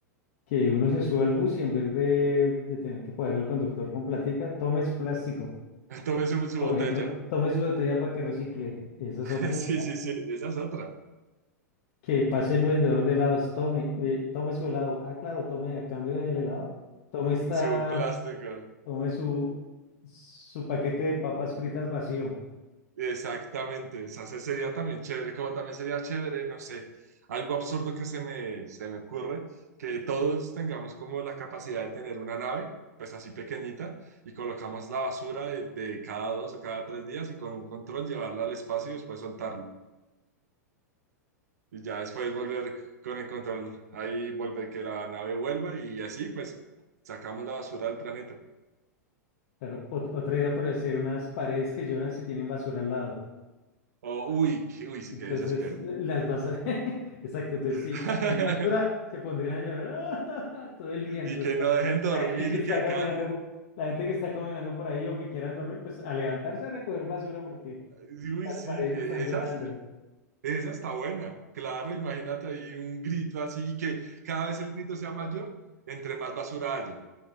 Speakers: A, on the left; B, on the right.
A: que uno se suba al bus y en vez de, de tener que pagar al conductor con platica, tome su plástico.
B: <laughs> Tome su, su
A: Tome,
B: botella.
A: re- tome su botella para que recicle. Esa es
B: <laughs>
A: otra
B: Sí,
A: idea.
B: sí, sí, esa es otra.
A: Que pase el vendedor de helados. Tome, eh, tome su helado. Ah, claro, tome a cambio del helado. Tome esta,
B: Su plástico.
A: tome su, su paquete de papas fritas vacío.
B: Exactamente. O sea, ese sería también chévere, como también sería chévere, no sé, algo absurdo que se me, se me ocurre, que todos tengamos como la capacidad de tener una nave, pues así pequeñita, y colocamos la basura de, de cada dos o cada tres días y con un control llevarla al espacio y después soltarla. y ya después volver con el control, ahí volver que la nave vuelva y así pues sacamos la basura del planeta.
A: Claro, ot- otra idea podría ser unas paredes que lloran si tienen basura al lado.
B: oh uy, que, uy, sí
A: Entonces
B: que desespero.
A: las vas a... <laughs> Exacto, entonces
B: <laughs>
A: si, si hay más dura, se pondrían a llorar <laughs> todo el día. Entonces
B: y que
A: la
B: no dejen dormir
A: la gente que
B: y
A: está
B: que...
A: caminando,
B: ca-
A: la gente que está caminando por ahí o que quieran dormir, pues a levantarse a recoger basura porque
B: Uy,
A: las
B: sí,
A: paredes
B: esas
A: están llorando.
B: es- esa está buena. Claro, imagínate ahí un grito así y que cada vez el grito sea mayor, entre más basura haya.